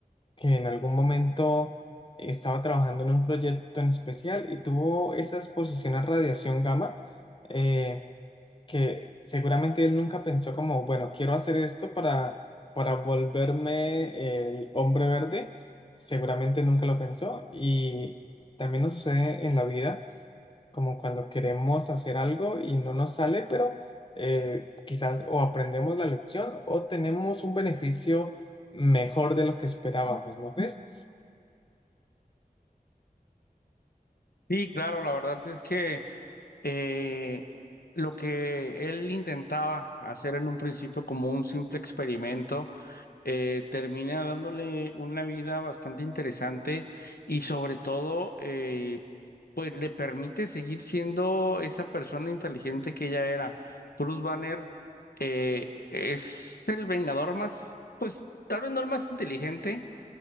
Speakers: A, on the left (about 35°); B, on the left (about 80°).
A: que en algún momento estaba trabajando en un proyecto en especial y tuvo esa exposición a radiación gamma. Eh, que seguramente él nunca pensó como, bueno, quiero hacer esto para, para volverme el hombre verde, seguramente nunca lo pensó y también nos sucede en la vida, como cuando queremos hacer algo y no nos sale, pero eh, quizás o aprendemos la lección o tenemos un beneficio mejor de lo que esperábamos, ¿no ves
B: Sí, claro, la verdad es que eh, lo que él intentaba hacer en un principio como un simple experimento, eh, termina dándole una vida bastante interesante y sobre todo, eh, pues le permite seguir siendo esa persona inteligente que ella era. Bruce Banner eh, es el Vengador más, pues tal vez no el más inteligente,